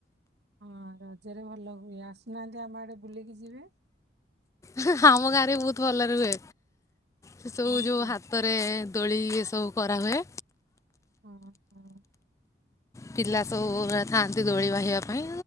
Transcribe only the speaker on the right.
ହଁ ରଜରେ ଭଲ ହୁଏ ଆସୁନାହାନ୍ତି ଆମ ଆଡ଼େ ବୁଲିକି ଯିବେ?
ହଁ
କି
ଓହୋ!